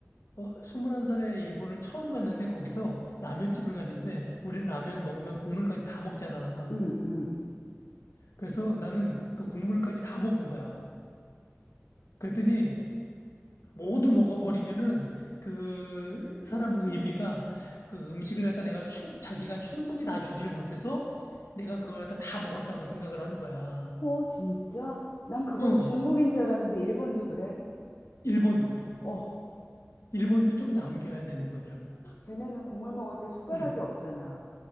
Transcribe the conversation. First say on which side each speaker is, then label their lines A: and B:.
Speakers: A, on the left; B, on the left.
A: 어, 21살에 일본을 처음 갔는데 거기서 라면집을 갔는데 우린 라면 먹으면 국물까지 다 먹잖아.
B: 응, 응.
A: 그래서 나는 그 국물까지 다 먹은 거야. 그랬더니 모두 먹어버리면은 그 사람 의미가 그 음식을 갖다 내가 충, 자기가 충분히 다 주질 못해서 내가 그걸 갖다 다 먹었다고 생각을 하는 거야.
B: 어, 진짜? 난 그건
A: 응,
B: 중국인 줄 알았는데 일본도 그래?
A: 일본도 그래.
B: 어,
A: 일본도 좀 남겨야 되는 거더라고.
B: 걔네는 국물 먹을 때 숟가락이
A: 응,
B: 없잖아.